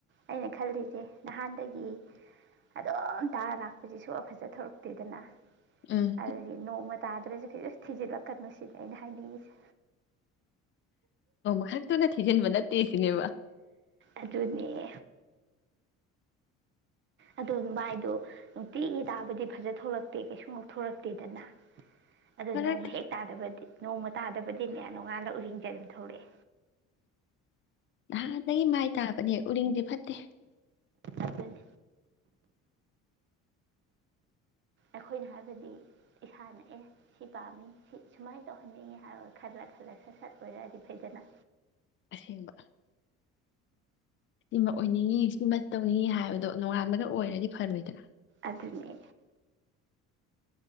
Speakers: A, on the right; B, on the left.
A: ꯑꯩꯅ ꯈꯜꯂꯤꯁꯦ ꯅꯍꯥꯟꯗꯒꯤ ꯑꯗꯨꯝ ꯇꯥꯔ ꯂꯥꯛꯄꯁꯦ ꯁꯨꯛꯐ ꯐꯖ ꯊꫭꯔꯛꯇꯦꯗꯅ
B: ꯎꯝ
A: ꯑꯗꯨꯒꯤ ꯅꯣꯡꯃ ꯇꯥꯗ꯭ꯔꯁꯨ ꯊꯤ ꯊꯤꯖꯤꯜꯂꯛꯀꯅꯨ ꯁꯤꯅꯤ ꯑꯩꯅ ꯍꯥꯏꯅꯤꯡꯉꯤꯁꯦ
B: ꯑꯣ ꯃꯈꯥ ꯇꯨꯅ ꯊꯤꯖꯤꯟꯕ ꯅꯠꯇꯦ ꯁꯤꯅꯦꯕ
A: ꯑꯗꯨꯅꯦ ꯑꯗꯨ ꯃꯥꯏꯗꯣ ꯅꯨꯡꯇꯤꯒꯤ ꯇꯥꯕꯨꯗꯤ ꯐꯖ ꯊꯣꯛꯂꯛꯇꯦ ꯀꯩꯁꯨ ꯉꯧꯊꯣꯔꯛꯇꯦꯗꯅ ꯑꯗꯣ
B: ꯐꯔꯛꯇꯦ
A: ꯅꯣꯡꯃ ꯍꯦꯛ ꯇꯥꯗꯕꯗꯤ ꯅꯣꯡꯃ ꯇꯥꯗꯕꯗꯤꯅꯦ ꯅꯣꯡꯉꯥꯜꯂꯒ ꯎꯔꯤꯡ ꯖꯩꯔꯝ ꯊꫭꯛꯂꯛꯑꯦ
B: ꯅꯍꯥꯟꯗꯒꯤ ꯃꯥꯏ ꯇꯥꯕꯅꯦ ꯎꯔꯤꯡꯗꯤ ꯐꯠꯇꯦ
A: ꯑꯗꯨꯅꯤ ꯑꯩꯈꯣꯏꯅ ꯍꯥꯏꯕꯗꯤ ꯏꯁꯥꯅ ꯑꯦ ꯁꯤ ꯄꯥꯝꯃꯤ ꯁꯤ ꯁꯨꯃꯥꯏꯅ ꯇꯧꯍꯟꯅꯤꯡꯉꯤ ꯍꯥꯏꯔ ꯈꯜꯂ ꯈꯜꯂ ꯁꯠ ꯁꯠ ꯑꯣꯏꯔꯛꯑꯗꯤ ꯐꯩꯗꯅ
B: ꯑꯁꯦꯡꯕ ꯁꯤꯃ ꯑꯣꯏꯅꯤꯡꯉꯤ ꯁꯤꯃ ꯇꯧꯅꯤꯡꯉꯤ ꯍꯥꯏꯕꯗꯣ ꯅꯣꯉꯥꯟꯕꯗ ꯑꯣꯏꯔꯗꯤ ꯐꯔꯣꯏꯗ꯭ꯔꯥ
A: ꯑꯗꯨꯅꯦ